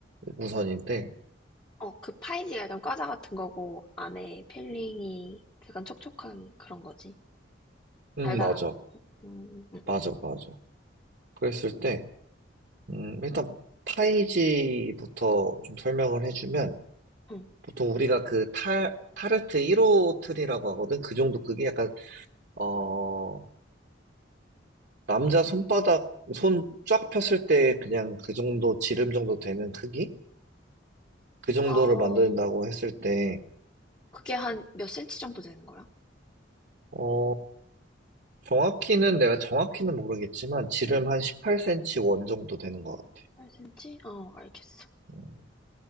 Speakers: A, on the right; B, on the left.
A: 우선인데,
B: 어, 그 파이지가 약간 과자 같은 거고, 안에 필링이 약간 촉촉한 그런 거지.
A: 음,
B: 달달한
A: 맞아.
B: 거. 음, 음,
A: 맞아, 맞아. 그랬을 때, 음, 일단 타이지부터 좀 설명을 해주면,
B: 음.
A: 보통 우리가 그 타 타르트 1호 틀이라고 하거든? 그 정도 크기? 약간, 어, 남자 손바닥, 손 쫙 폈을 때 그냥 그 정도, 지름 정도 되는 크기? 그 정도를
B: 아,
A: 만든다고 했을 때,
B: 그게 한 몇 센치 정도 되는 거야?
A: 어, 정확히는 내가 정확히는 모르겠지만 지름 한 18cm 원 정도 되는 것 같아.
B: 8cm? 어, 알겠어.
A: 음,